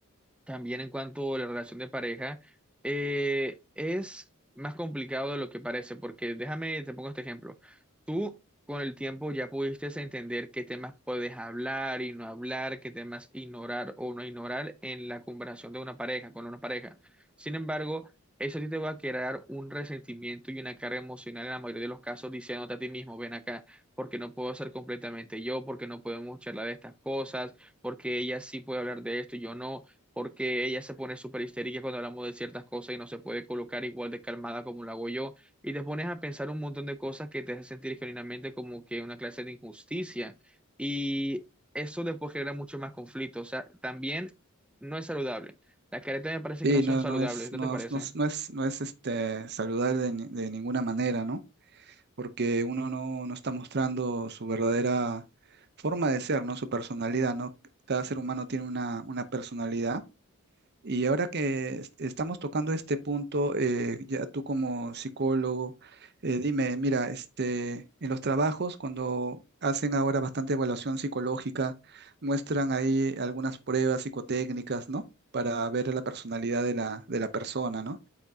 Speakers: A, in the centre; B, on the right.
A: también en cuanto a la relación de pareja, eh, es más complicado de lo que parece, porque déjame, te pongo este ejemplo. Tú con el tiempo ya pudiste entender qué temas puedes hablar y no hablar, qué temas ignorar o no ignorar en la conversación de una pareja, con una pareja. Sin embargo, eso a ti te va a crear un resentimiento y una carga emocional en la mayoría de los casos, diciéndote a ti mismo, ven acá, porque no puedo ser completamente yo, porque no podemos charlar de estas cosas, porque ella sí puede hablar de esto y yo no porque ella se pone súper histérica cuando hablamos de ciertas cosas y no se puede colocar igual de calmada como lo hago yo, y te pones a pensar un montón de cosas que te hacen sentir genuinamente como que una clase de injusticia, y eso después genera mucho más conflicto, o sea, también no es saludable. Las caretas me parece
B: Sí,
A: que no son
B: no,
A: saludables,
B: no es,
A: ¿no
B: no,
A: te parece?
B: es- no, es, no es no es, este, saludable de, ni- de ninguna manera, ¿no? Porque uno no, no está mostrando su verdadera forma de ser, ¿no? Su personalidad, ¿no? Cada ser humano tiene una, una personalidad Y ahora que est- estamos tocando este punto, eh, ya tú como psicólogo, eh, dime, mira, este, en los trabajos, cuando hacen ahora bastante evaluación psicológica, muestran ahí algunas pruebas psicotécnicas, ¿no? Para ver la personalidad de la, de la persona, ¿no?